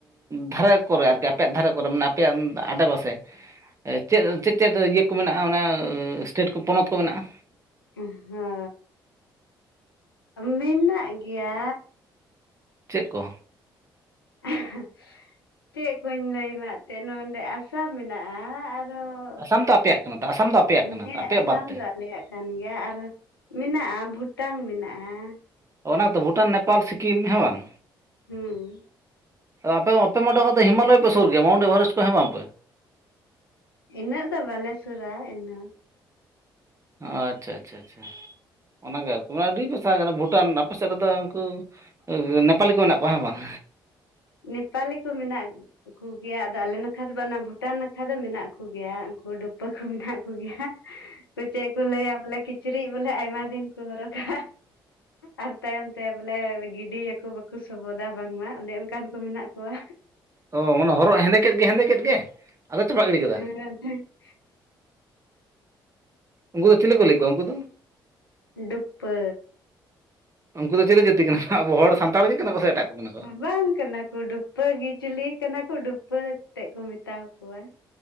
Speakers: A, on the right; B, on the left.
A: ᱫᱷᱟᱨᱮ ᱠᱚᱨᱮ ᱟᱨᱠᱤ ᱟᱯᱮᱭᱟᱜ ᱫᱷᱟᱨᱮ ᱠᱚᱨᱮ ᱢᱟᱱᱮ ᱟᱯᱮᱭᱟᱜ ᱟᱰᱮᱯᱟᱥᱮ ᱪᱮᱫ ᱪᱮᱫ ᱪᱮᱫ ᱤᱭᱟᱹ ᱠᱚ ᱢᱮᱱᱟᱜᱼᱟ ᱚᱱᱟ ᱮᱥᱴᱮᱴ ᱠᱚ ᱯᱚᱱᱚᱛ ᱠᱚ ᱢᱮᱱᱟᱜᱼᱟ
B: ᱚᱦᱚ ᱢᱮᱱᱟᱜ ᱜᱮᱭᱟ
A: ᱪᱮᱫ ᱠᱚ?
B: ᱟᱦᱟᱸ ᱪᱮᱫ ᱠᱚᱧ ᱞᱟᱹᱭᱢᱟ ᱮᱱᱛᱮᱫ ᱱᱚᱰᱮ ᱟᱥᱟᱢ ᱢᱮᱱᱟᱜᱼᱟ ᱟᱨ ᱟᱨᱦᱚᱸ
A: ᱟᱥᱟᱢ ᱛᱚ ᱟᱯᱮᱭᱟᱜ ᱠᱟᱱᱟ ᱛᱚ ᱟᱥᱟᱢ ᱫᱚ ᱟᱯᱮᱭᱟᱜ ᱠᱟᱱᱟ
B: ᱦᱮᱸ
A: ᱛᱚ ᱟᱯᱮᱭᱟᱜ
B: ᱟᱥᱟᱢ
A: ᱵᱟᱫ ᱛᱮ
B: ᱫᱚ ᱟᱞᱮᱭᱟᱜ ᱜᱮ ᱠᱟᱱ ᱜᱮᱭᱟ ᱟᱨᱦᱚᱸ ᱢᱮᱱᱟᱜᱼᱟ ᱵᱷᱩᱴᱟᱱ ᱢᱮᱱᱟᱜᱼᱟ
A: ᱚᱱᱮᱛᱚ ᱵᱷᱩᱴᱟᱱ ᱱᱮᱯᱟᱞ ᱥᱤᱠᱤᱢ ᱦᱮᱸ ᱵᱟᱝ
B: ᱦᱩᱸ
A: ᱟᱯᱮ ᱚᱰᱮ ᱢᱟ ᱦᱤᱢᱟᱞᱚᱭ ᱯᱮ ᱥᱩᱨ ᱜᱮᱭᱟ ᱢᱟᱭᱩᱱᱴᱚ ᱮᱵᱷᱟᱨᱮᱥᱴ ᱠᱚ ᱦᱮᱸ ᱵᱟᱝ ᱥᱮ
B: ᱤᱱᱟᱹᱜ ᱫᱚ ᱵᱟᱞᱮ ᱥᱩᱨᱟ ᱮᱱ ᱦᱚᱸ
A: ᱚ ᱟᱪᱪᱷᱟ ᱟᱪᱪᱷᱟ ᱟᱪᱪᱷᱟ ᱚᱱᱟᱜᱮ ᱟᱨᱠᱤ ᱢᱟᱱᱮ ᱟᱹᱰᱤ ᱯᱮ ᱥᱟᱦᱟ ᱠᱟᱱᱟ ᱵᱷᱩᱴᱟᱱ ᱟᱯᱮ ᱥᱮᱫ ᱨᱮᱫᱚ ᱩᱱᱠᱩ ᱱᱮᱯᱟᱞᱤ ᱠᱚ ᱢᱮᱱᱟᱜ ᱠᱚᱣᱟ ᱦᱮᱸ ᱵᱟᱝ
B: ᱱᱮᱯᱟᱞᱤ ᱠᱚ ᱢᱮᱱᱟᱜ ᱠᱚ ᱜᱮᱭᱟ ᱟᱫᱚ ᱟᱞᱮ ᱱᱟᱠᱷᱟ ᱫᱚ ᱵᱟᱝ ᱚᱱᱟ ᱵᱷᱩᱴᱟᱱ ᱱᱟᱠᱷᱟ ᱫᱚ ᱢᱮᱱᱟᱜ ᱠᱚᱜᱮᱭᱟ ᱩᱱᱠᱩ ᱰᱩᱯᱟᱹ ᱠᱚ ᱢᱮᱛᱟ ᱠᱚᱜᱮᱭᱟ
A: <inaudible>
B: ᱪᱮᱫ ᱠᱚ ᱞᱟᱹᱭᱟ ᱵᱚᱞᱮ ᱠᱤᱪᱨᱤᱡ ᱵᱚᱞᱮ ᱟᱭᱢᱟ ᱫᱤᱱ ᱠᱚ ᱦᱚᱨᱚᱜᱟ᱾ ᱟᱨ ᱛᱟᱭᱚᱢ ᱛᱮ ᱵᱚᱞᱮ ᱜᱤᱰᱤᱭᱟᱠᱚ ᱵᱟᱠᱚ ᱥᱚᱵᱚᱫᱟ ᱵᱟᱝᱢᱟ ᱚᱱᱮ ᱚᱱᱠᱟᱱ ᱠᱚ ᱢᱮᱱᱟᱜ ᱠᱚᱣᱟ᱾
A: ᱚ ᱢᱟᱱᱮ ᱦᱚᱨᱚᱜ ᱦᱮᱸᱫᱮ ᱠᱮᱫ ᱜᱮ ᱦᱮᱸᱫᱮ ᱠᱮᱫ ᱜᱮ ᱟᱫᱚ ᱪᱟᱯᱟᱜ ᱜᱤᱰᱤ ᱠᱟᱫᱟ᱾
B: <unintelligible>
A: ᱩᱝᱠᱩ ᱫᱚ ᱪᱷᱤᱞᱤ ᱠᱚ ᱞᱟᱹᱭ ᱠᱚᱣᱟ ᱩᱝᱠᱩ ᱫᱚ?
B: ᱰᱩᱯᱯᱟᱹ᱾
A: ᱩᱝᱠᱩ ᱫᱚ ᱪᱮᱞᱮ ᱡᱟᱹᱛᱤ ᱠᱟᱱᱟ ᱠᱚ ᱟᱵᱚ ᱦᱚᱲ ᱥᱟᱱᱛᱟᱲ ᱜᱮ ᱠᱟᱱᱟ ᱠᱚ ᱥᱮ ᱮᱴᱟᱜ ᱠᱚ ᱠᱟᱱᱟ ᱠᱚ?
B: ᱵᱟᱝ ᱠᱟᱱᱟ ᱠᱚ ᱰᱩᱯ ᱯᱟᱹ ᱜᱤ ᱪᱤᱞᱤ ᱠᱟᱱᱟ ᱠᱚ ᱰᱩᱯᱯᱟᱹ ᱛᱮᱜ ᱠᱚ ᱢᱮᱛᱟᱣ ᱠᱚᱣᱟ᱾